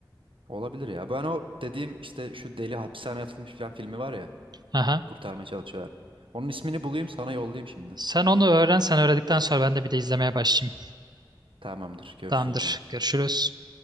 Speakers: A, on the right; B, on the right.
A: olabilir ya. Ben o dediğim işte şu deli hapishaneye atılmış filan filmi var ya.
B: Aha.
A: Kurtarmaya çalışıyorlar. Onun ismini bulayım sana yollayayım şimdi.
B: Sen onu öğren. Sen öğrendikten sonra ben de bir de izlemeye başlayayım.
A: Tamamdır. Görüşürüz
B: Tamamdır.
A: o zaman.
B: Görüşürüz.